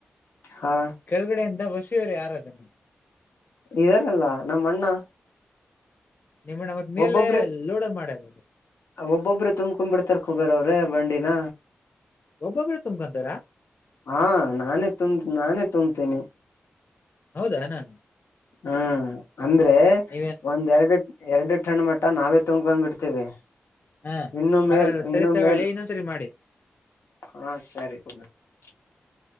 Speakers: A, on the left (about 80°); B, on the left (about 50°).
A: ಹಾ
B: ಕೆಳಗಡೆ ಎಂತ ಷ ಸರಿ ಯಾರ್ದ
A: ಇದಾರಲ್ಲ ನಮ್ಮ ಅಣ್ಣ
B: ನಿಮ್ಮಣ್ಣ ಮತ್ ಮೇಲೆ
A: ಒಬ್ಬೊಬ್ಬರು
B: ಲೋಡರ್ ಮಾಡ್ಯಾರ
A: ಒಬ್ಬೊಬ್ಬರು ತುಂಬಕೊ್ ಬಿಡ್ತಾರ ಖೋಬರ ಅವರು ೇ ಬಂಡಿನ
B: ಒಬ್ಬೊಬ್ರೆ ತುಂಬ್ಕೊಂತಾರ
A: ಹಾ ನಾನ ತು ನಾನ ತ್ತಂತನೆಿ
B: ಹೌದಾನಾ
A: ಹ್ಮ್ ಅಂದ್ರೆ
B: ನೀವೇನ್
A: ಒಂದ್ೆರಡು ಎರಡು ಠಣ್ ಮಟ್ಟ ನಾವೇ ತು್ಕೊಂಡ್ಬ ಬಿತವಿ
B: ಹಾ
A: ಇನ್ನು ಮೇಲ್
B: ಅಲ್ಲ ಅಲ್ಲ ಸರಿ
A: ಇನ್ನು
B: ತಗೊಳ್ಳಿ
A: ಮೇಲ್
B: ಇನ್ನೊಂದ್ಸರಿ ಮಾಡಿ
A: ಹ ಸರಿ ಹೌದ <unintelligible>